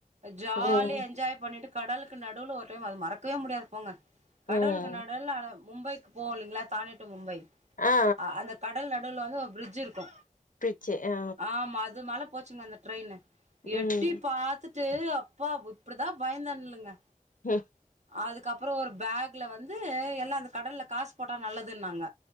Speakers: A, on the right; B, on the left.
A: ஜாலியா
B: ம்
A: என்ஜாய் பண்ணிட்டு கடலுக்கு நடுவுவில ஒரு டைம் அது மறக்கவே முடியாது போங்க
B: ம்
A: கடலுக்கு நடுவுல மும்பைக்கு போவோ இல்லங்களா தானே டு மும்பை
B: ஆ
A: அந்த கடல் நடுல வந்து ஒரு பிரிட்ஜ் இருக்கு
B: பிச்சு ஆ
A: ஆமா அது மேல போச்சுங்க அந்த ட்ரெயின் எட்டி
B: ம்
A: பாத்து ட்டு அப்பா இப்டிதா பயந்துனுலுங்க
B: ம்
A: அதுக்கப்புற ஒரு பேக்ல வந்து எல்லா அந்த கடல்ல காசு போட்டா நல்லதுன்னாங்க